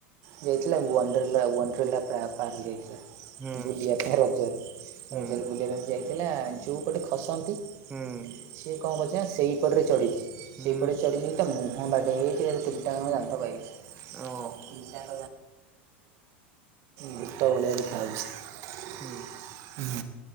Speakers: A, on the right; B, on the right.
A: ଯାଇଥିଲା ୱଣ୍ଡ୍ରଲା ୱଣ୍ଡ୍ରଲା ପା ପାର୍କ ଯାଇଥିଲା।
B: ହୁଁ
A: ବୁଲିବା ପାଇଁ ରଜରେ
B: ହୁଁ
A: ରଜରେ ବୁଲିବା ପାଇଁ ଯାଇଥିଲା ଯଉ ପଟେ ଖସନ୍ତି ସିଏ
B: ହୁଁ
A: କଣ କରଛି ନା ସେଇପଟରେ ଚଢ଼ିଛି।
B: ହୁଁ
A: ସେଇପରି ଚଢ଼ିଦିନି ତ ମୁହଁ ବାଡ଼େଇ ହେଇଛି ଏକାଥରେ ତିନିଟାଯାଙ୍କା ଦାନ୍ତ ଯାଇଛି
B: ଓ।
A: ଭୁତ ଭଳିଆ ଦେଖାାଯାଉଛି
B: ହୁଁ
A: ହ